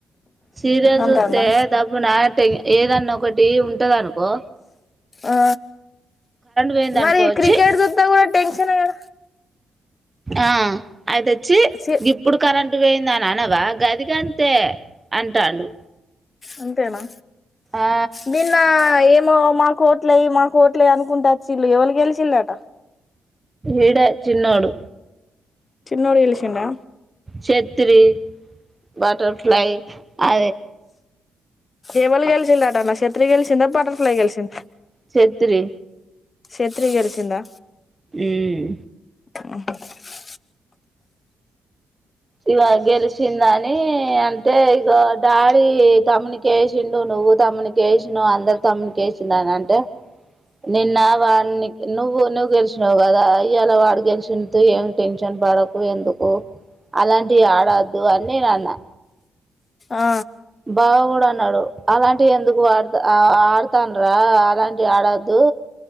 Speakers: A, on the right; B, on the left.
A: సీరియల్
B: అంటాండా
A: సూత్తే దబ్బు నా ఏదన్నా ఒకటి ఉంటద అనుకో
B: ఆ
A: పోయిందనుకో
B: మరి క్రికెట్
A: ఛీ
B: చూస్తే కూడా టెన్షన్ ఏ గా
A: ఆ అయితే చ్చి
B: ఛీ
A: ఇప్పుడు కరెంట్ టు పోయింద అని అనవా గదిగాంతే అంటాండు
B: అంతేనా
A: ఆ
B: నిన్న ఏమో మా కోట్ల్య మా కోట్లయ అనుకుంటా వచిల్లు ఎవరు గెలిచినరట.
A: ఏడ చిన్నోడు
B: చిన్నోడు గెలిచిండా
A: చెత్రీ బటర్ ఫ్లై అ
B: ఎవరు గెలిచిందట అన్న చత్రి గెలిచిందా బటర్ ఫ్లై గెలిచిందా
A: చెత్రి
B: చెత్రి గెలిచిందా
A: మ్మ్
B: హ
A: ఇక గెలిచిందని అంటే ఇక డాడీ తమ్మునికి వేసిండు. నువ్వు తమ్మునికి వేసిన అందరు తమ్మునికి వేసిండ అని అంటే, నిన్న వాడిని నువ్వు నువ్వు గెలిచినావు కదా ఇ య్యలా వాడు గెలిచిండు తు ఏం టెన్షన్ పడకు. ఎందుకు అలాంటివి ఆడద్దు అని నేను అన్నా.
B: ఆ
A: బావ కూడా అన్నాడు అలాంటివి ఎందుకు ఆడతా ఆడుతున్నారా అలాంటివి ఆడొద్దు.